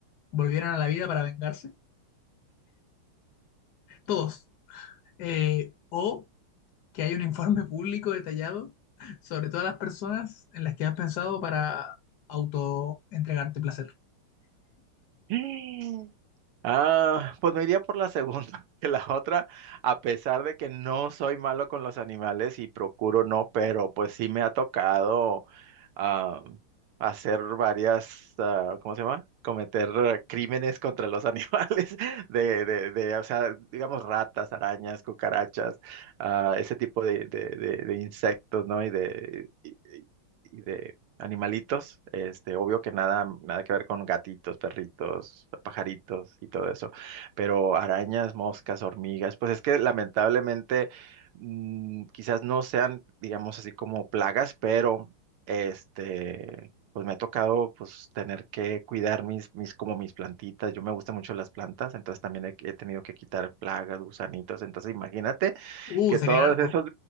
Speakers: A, on the left; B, on the right.
A: volvieran a la vida para vengarse? Todos. Eh, ¿o que haya un informe público detallado sobre todas las personas en las que has pensado para auto-entregarte placer?
B: ver. Ah, pues me iría por la segunda, <laughs> que la otra, a pesar de que no soy malo con los animales y procuro no, pero pues sí me ha tocado ah, hacer varias, ah, ¿cómo se llama? Cometer eh, crímenes <laughs> contra los animales, <laughs> de, de, de, o sea, digamos ratas, arañas, cucarachas, ah, ese tipo de, de, de, de insectos, ¿no? Y de, y, y- y de animalitos, este, obvio que nada, nada que ver con gatitos, perritos, pajaritos y todo eso, pero arañas, moscas, hormigas, pues es que lamentablemente mm, quizás no sean, digamos así como plagas, pero este, pues me ha tocado pues tener que cuidar mis, mis, como mis plantitas, yo me gustan mucho las plantas, entonces también he, he tenido que quitar plagas, gusanitos, entonces imagínate
A: Uh,
B: que
A: sería
B: todos
A: harto.
B: esos